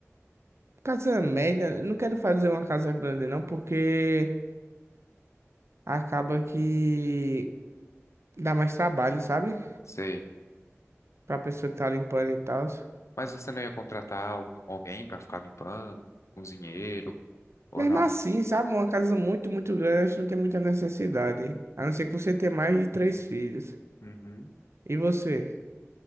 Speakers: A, on the right; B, on the left.
A: Casa média. Não quero fazer uma casa grande, não, porque acaba que dá mais trabalho, sabe?
B: Sei.
A: Pra pessoa que tá limpando e tal.
B: Mas você não ia contratar al- alguém pra ficar limpando, cozinheiro, ou
A: Mesmo
B: não?
A: assim, sabe? Uma casa muito, muito grande, acho que não tem muita necessidade. A não ser que você tenha mais de três filhos.
B: Uhum.
A: E você?